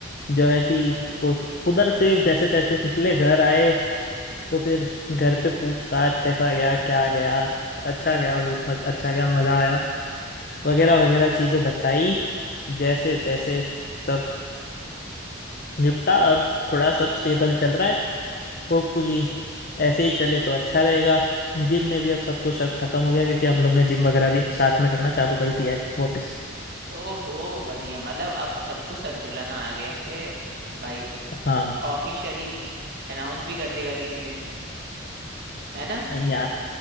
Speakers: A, on the left (about 45°); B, on the right (about 50°).
A: जो है कि कुछ उधर से जैसे तैसे निकले घर आए तो फिर घर पे पूछताछ कैसा गया क्या गया अच्छा गया बहुत मज, अच्छा गया मज़ा आया वगैरह वगैरह चीज़ें बताई जैसे तैसे सब निपटा अब थोड़ा सब स्टेबल चल रहा है होपफुली ऐसे ही चले तो अच्छा रहेगा जिम में भी अब सबको शक खत्म हो गया क्योंकि हम लोग ने जिम वगैरह भी अब साथ में करना चालू कर दिया है वापस
B: ओहो बढ़िया मतलब अब सब कुछ संतुलन आ गया है भाई
A: हाँ
B: ऑफिशियली अनाउंस भी कर देगा किसी दिन है ना
A: नहीं यार